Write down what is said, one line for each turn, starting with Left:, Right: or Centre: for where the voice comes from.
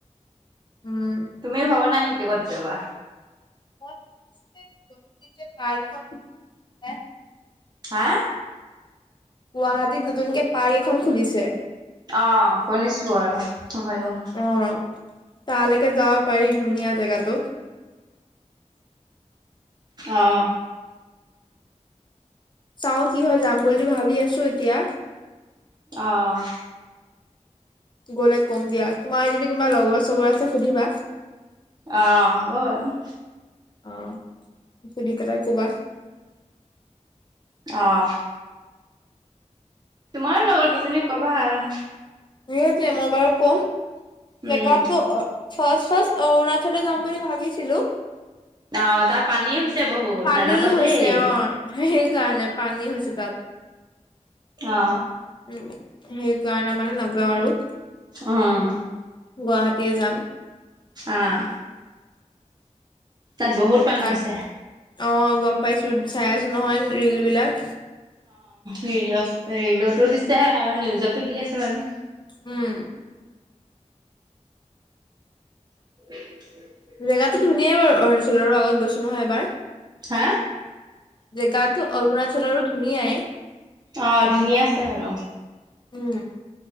Left: উম
Right: তুমিও ভবা নাই নেকি ক'ত যাবা।
Left: <unintelligible>
Right: হা
Left: গুৱাহাটীত নতুনকে পাৰ্ক এখন খুলিছে।
Right: আহ শুনিছো বাৰু মইও
Left: অ তালৈকে যাব পাৰি ধুনীয়া জেগাটো।
Right: আহ
Left: চাও কি হয় যাম বুলি ভাবি আছো এতিয়া।
Right: অহ
Left: গ'লে কম দিয়া তোমাৰ যদি কোনবা লগৰ চগৰ আছে সুধিবা।
Right: অহ হ'ব বাৰু
Left: অহ সুধি পেলাই কবা।
Right: অহ তোমাৰো লগৰ কেইজনীক কবা আৰু।
Left: সেই যে মই বাৰু কম জেগাতো।
Right: উম
Left: ফাৰ্ষ্ট ফাৰ্ষ্ট অৰুণাচললৈ যাম বুলি ভাবিছিলোঁ।
Right: অ তাত পানী হৈছে বহুত
Left: পানী
Right: নাযাবা
Left: হৈছে
Right: দেই।
Left: অ সেইকাৰণে পানী হৈছে তাত
Right: অ।
Left: উ সেই কাৰণে মানে যাওঁ আৰু
Right: উম।
Left: গুৱাহাটীয়ে যাম।
Right: অহ। তাত বহুত পানী
Left: তাক
Right: আছে।
Left: অ গম পাইছো চাই আছো নহয় ৰিল বিলাক।
Right: ৰিলত ৰিলতো দিছে আৰু নিউজতো দি আছে বাৰু।
Left: উম।
Right: <unintelligible>
Left: জেগাতটো ধুনাই বাৰু অৰুণাচলৰো আগত গৈছোঁ নহয় এবাৰ।
Right: হা
Left: জেগাতাতো অৰুণাচলৰো ধুনীয়াই
Right: অ ধুনীয়া আছে বাৰু।
Left: উম